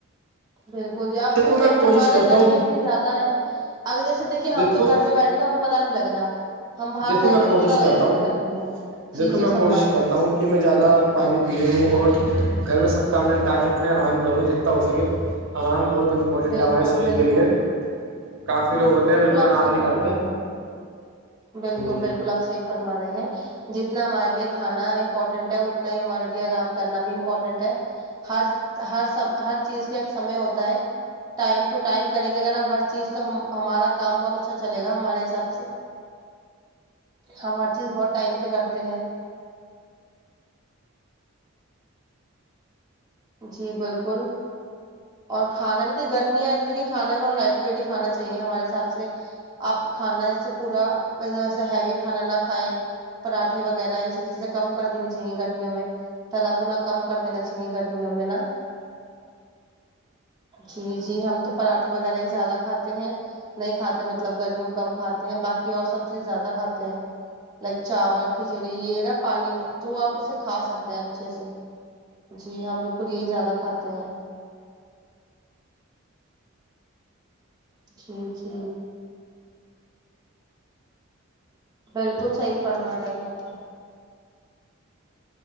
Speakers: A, on the right; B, on the right.
A: بالکل جی آپ
B: دیکھو
A: ب صحی
B: میں
A: فرماے
B: کوشش کرتا
A: ہے گرمی
B: ہوں
A: اتنی زیادہ ہے آگگر جیسے دیکھیے
B: دیکھو
A: ہم تو گھر میں بیٹھے تو ہمیں پتا نہیں لگ رہا ہم باہر
B: دیکھو
A: جائیں
B: میں
A: گے
B: کوشش
A: تو پتا
B: کرتا
A: لگا کتنی
B: ہوں
A: گرمی ہے جی
B: دیکھو میں
A: جی فرمائے
B: کوشش کرتا ہوں کہ میں زیادہ پانی پی ہوں اور گھر میں سب کام تاکہ اپنے آرام کروں جتنا ہو سکے آرام بہت امپورٹنٹ
A: بالکل
B: ہے ہمارے شریر
A: بالکل
B: کے لیے کافی لوگ ہوتے ہیں بالکل
A: آپ
B: آرام
A: صحیح
B: نہیں
A: فرما
B: کرتے
A: رہے ہیں بالکل
B: ہ
A: بالکل آپ صحیح فرما رہے ہیں جتنا ہمارے لیے کھانا امپورٹینٹ ہے اتنا ہی ہمارے لیے آرام کرنا بھی امپورٹینٹ ہے ہر ہر س ہر چیز کا ایک سمے ہوتا ہے ٹائم ٹ ٹائم کریں گے اگر ہم ہر چیز تو ہمارا کام بہت اچھا چلےا ہمارے حساب سے ہم ہر چیز بہت ٹائم پہ کرتے ہیں جی بالکل اور کھانا بھی د گرمی آئے تو دیکے کھانا بھی بڑا لائٹ ویٹ ہی کھانا چاہیے ہمارے حساب سے آپ کھانا جیسے پورا ایکم ایسا ہیوی کھانا نہ کھائیں پراٹھے وغیرہ یہ سب چیزیں کم کر دینی چاہیے گرمیوں میں تالابو نہ کم کر دینا چاہیے گرمیوں میں نا جی جی ہم تو پراٹھے وغیرہ ہی زیادہ کھاتے ہیں نہیں کھاتے مطلب گرمی میں کم کھاتے ہیں باقی اور سب چیز زیادہ کھاتے ہیں لائک چاول کھچڑی یہ نا پانی تو آپ اسے کھا سکتے ہیں اچھے سے جی ہم بالکل یہی زیادہ کھاتے ہیں جی جی بالکل صحیح فرما رہے ہیں آپ <unintelligible>